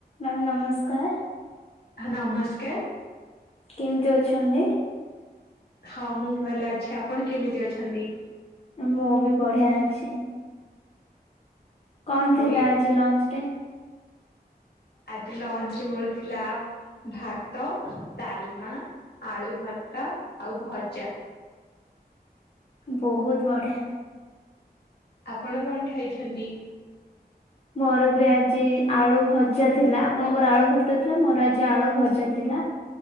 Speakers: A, on the left; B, on the left.
A: ମ୍ୟାାମ ନମସ୍କାର।
B: ନମସ୍କାର।
A: କେମିତି ଅଛନ୍ତି?
B: ହଁ ମୁଁ ଭଲ ଅଛି ଆପଣ କେମିତି ଅଛନ୍ତି?
A: ମୁବି ବଢ଼ିଆ ଅଛି। କଣ
B: ଆଉ
A: ଥିଲା
B: ଏ
A: ଆଜି ଲଞ୍ଚରେ?
B: ଆଜି ଲଞ୍ଚରେ ମୋର ଥିଲା ଭାତ ଡ଼ାଲମା ଆଳୁ ଭର୍ତ୍ତା ଆଉ ଭଜା।
A: ବହୁତ୍ ବଢ଼ିଆ।
B: ଆପଣ କଣ ଖାଇଛନ୍ତି?
A: ମୋରବି ଆଜି ଆଳୁ ଭଜା ଥିଲା ଆପଣଙ୍କର ଆଳୁ ଭର୍ତ୍ତା ଥିଲା ମୋର ଆଜି ଆଳୁ ଭଜା ଥିଲା